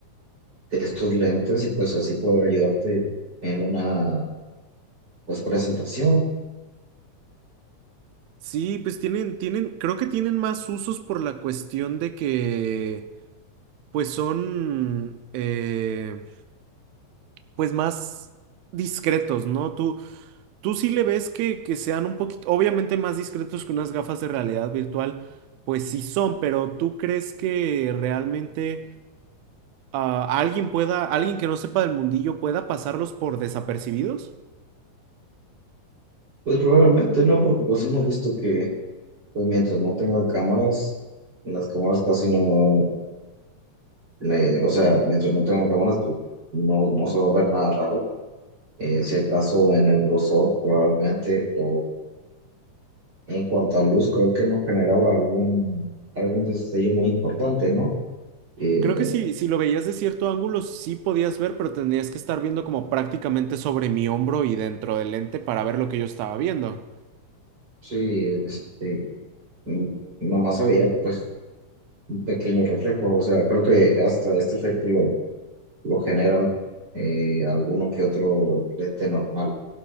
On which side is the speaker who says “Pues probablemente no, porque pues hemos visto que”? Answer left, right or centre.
Right